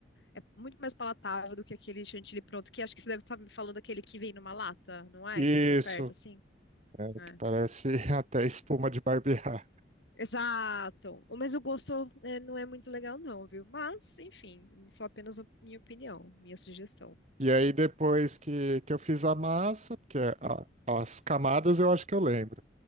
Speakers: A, on the left (about 70°); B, on the right (about 40°).
A: É muito mais palatável do que aquele chantilly pronto, que acho que você deve estar me falando daquele que vem numa lata, não é?
B: Isso,
A: Que você aperta assim?
B: é, que
A: É.
B: parece <laughs> até espuma de barbear.
A: Exato. Mas o gosto é, não é muito legal, não, viu? Mas, enfim, só apenas a minha opinião, minha sugestão.
B: E aí depois que, que eu fiz a massa, porque a- as camadas eu acho que eu lembro,